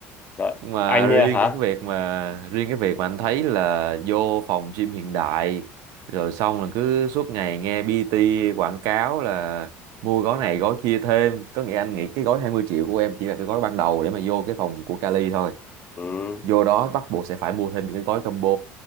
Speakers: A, on the left; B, on the right.
A: rồi
B: nhưng mà
A: anh
B: riêng
A: ờ, hả
B: cái việc mà riêng cái việc mà anh thấy là vô phòng gym hiện đại rồi xong là cứ suốt ngày nghe PT quảng cáo là mua gói này gói kia thêm có nghĩa anh nghĩ cái gói 20 triệu của em chỉ là cái gói ban đầu để mà vô cái phòng của Cali thôi
A: ừ,
B: vô đó bắt buộc sẽ phải mua thêm cái gói combo